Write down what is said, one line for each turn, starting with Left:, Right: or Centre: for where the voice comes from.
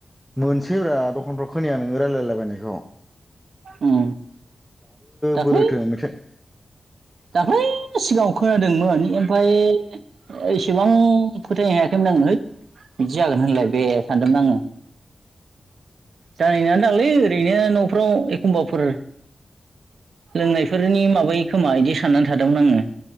Centre: मोनसैब्रा दखानफ्राव खोनाया नोङो लायरायलाबायनायखौ
Right: उम दाख्लै
Centre: बोरोथो मेथाइ
Right: दाख्लै सिगाङाव खोनानो <unintelligible> दोंमोन ओमफाय एसेबां फोथायनो हायाखैमोन आङो है बिदि जागोन होनलाय बे सानदोंमोन आङो जानाय नङा दांलै ओरैनो न'फ्राव एखमबाफोर लोंनायफोरनि माबायो खोमा इदि साननानै थादोंमोन आङो